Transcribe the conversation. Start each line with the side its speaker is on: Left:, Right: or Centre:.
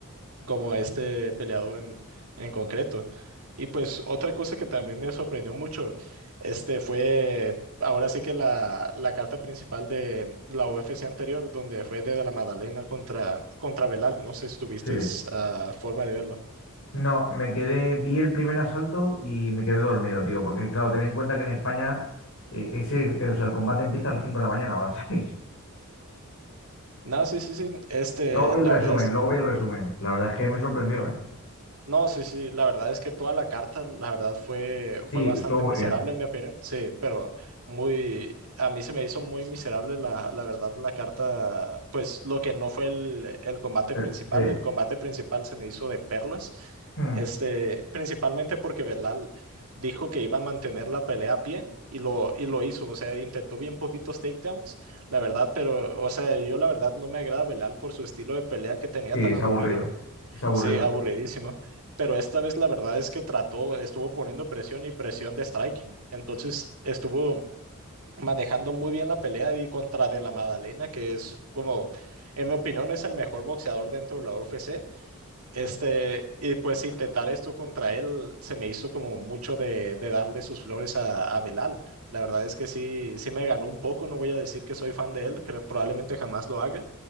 Right: como este peleador en, en concreto. Y pues otra cosa que también me sorprendió mucho, este fue ahora sí que la, la carta principal de la UFC anterior, donde fue de la Madalena contra, contra Belal. No sé si tuviste
Left: Sí.
Right: ah, forma de verlo.
Left: No, me quedé, vi el primer asalto y me quedé dormido, tío, porque claro, ten en cuenta que en España eh, ese, eh, o sea, el combate empieza a las 5 de la mañana o a las <laughs> 6.
Right: No, sí, sí, sí. Este,
Left: Luego vi
Right: la
Left: el resumen,
Right: verdad es
Left: luego vi el resumen. La verdad es que me sorprendió, ¿eh?
Right: No, sí, sí, la verdad es que toda la carta, la verdad fue,
Left: Sí,
Right: fue bastante
Left: estuvo muy
Right: miserable
Left: bien.
Right: en mi opinión, sí, pero muy, a mí se me hizo muy miserable la, la verdad la carta, pues lo que no fue el, el combate
Left: Eh,
Right: principal,
Left: sí.
Right: el combate principal se me hizo de perlas,
Left: Hmm.
Right: este, principalmente porque Belal dijo que iba a mantener la pelea a pie y lo, y lo hizo, o sea, intentó bien poquitos takedowns, la verdad, pero, o sea, yo la verdad no me agrada Belal por su estilo de pelea que tenía
Left: Sí, es
Right: tan aburrido
Left: aburrido. Es aburrido.
Right: Sí, aburridísimo. Pero esta vez la verdad es que trató, estuvo poniendo presión y presión de striking. Entonces estuvo manejando muy bien la pelea y contra De La Madalena, que es como, en mi opinión, es el mejor boxeador dentro de la UFC. Este, y pues intentar esto contra él se me hizo como mucho de, de darle sus flores a, a Belal. La verdad es que sí, sí me ganó un poco. No voy a decir que soy fan de él, que probablemente jamás lo haga